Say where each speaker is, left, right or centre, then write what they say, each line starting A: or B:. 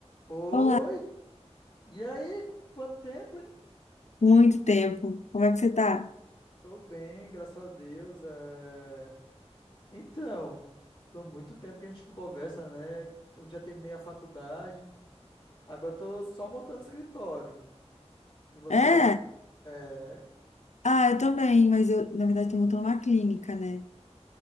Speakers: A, on the left; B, on the left.
A: Oi,
B: Olá,
A: e aí? Quanto tempo, hein?
B: muito tempo. Como é que você tá?
A: Tô bem, graças a Deus. é. Então, tô muito tempo que a gente conversa, né? Eu já terminei a faculdade, agora tô só montando escritório. E você?
B: É?
A: É.
B: Ah, eu também, mas eu, na verdade, tô montando uma clínica, né?